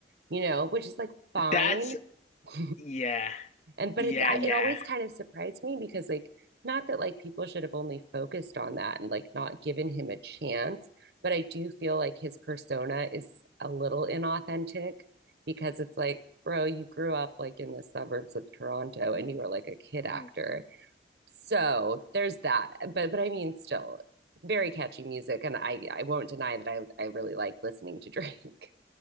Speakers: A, on the right; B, on the left.
A: you know, which is like fine,
B: That's
A: <laughs>
B: yeah,
A: and but
B: yeah,
A: it's I,
B: yeah,
A: it always kind of surprised me because like not that like people should have only focused on that and like not given him a chance but i do feel like his persona is a little inauthentic because it's like bro you grew up like in the suburbs of toronto and you were like a kid
B: Mhm.
A: actor so there's that but but i mean still very catchy music and i i won't deny that i i really like listening to drake